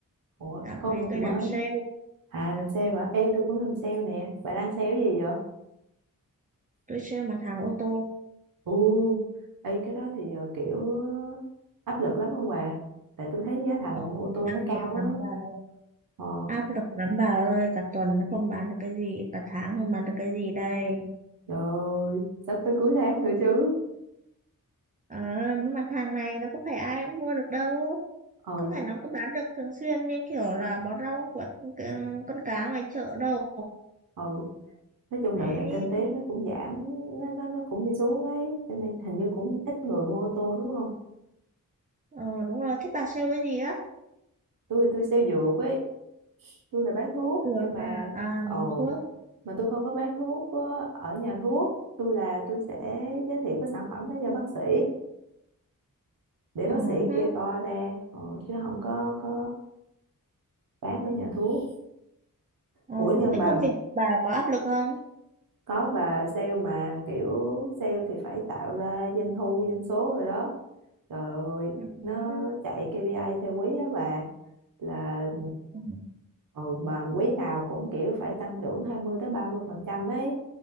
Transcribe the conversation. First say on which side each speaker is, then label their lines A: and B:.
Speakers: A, on the right; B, on the right.
A: ủa,
B: Dạo
A: công
B: này
A: việc
B: tôi
A: mới
B: làm sale,
A: À, làm sale hả? Ê, tôi cũng làm sale nè Bà đang sale cái gì vậy?
B: tôi sale mặt hàng ô tô.
A: Ồ, ê, cái đó thì ờ, kiểu ờ, áp lực lắm không bà? Tại tôi thấy giá thành
B: Ờ,
A: ô tô
B: áp
A: nó cao
B: lực lắm
A: á
B: bà ơi.
A: Ờ,
B: Áp lực lắm bà ơi, cả tuần nó không bán được cái gì, cả tháng không bán được cái gì đây.
A: trời ơi, sắp tới cuối tháng nữa chứ
B: Ờ, những mặt hàng này nó có phải ai cũng mua được đâu.
A: Ừ,
B: có phải nó cứ bán được thường xuyên như kiểu là bó rau của ừ, con cá ngoài chợ đâu
A: ừ Nói chung
B: Đấy,
A: đợt này kinh tế
B: thì-
A: nó cũng giảm Nó, nó, nó cũng đi xuống ấy Cho nên hình như cũng ít người mua ô tô đúng không?
B: ờ, đúng rồi, thế bà sale cái gì á?
A: Tôi, tôi sale dược ấy tôi là bán thuốc
B: Được
A: nhưng mà
B: à, à
A: ồ
B: mắm thuốc.
A: mà tôi không có bán thuốc ờ, ở nhà thuốc tôi là tôi sẽ giới thiệu cái sản phẩm đó cho bác sĩ để
B: Ừ,
A: bác sĩ
B: hứ.
A: kê toa ra ờ, chứ không có có bán ở nhà thuốc
B: Ờ,
A: ủa nhưng
B: thế
A: mà
B: công việc bà có áp lực không?
A: có bà sale mà kiểu sale thì phải tạo ra doanh thu doanh số rồi đó trời ơi
B: Ừ, hứ.
A: nó chạy KPI theo quý á bà là
B: Ừ,
A: ừ, mà quý nào cũng kiểu phải tăng trưởng 20 tới 30 phần trăm ấy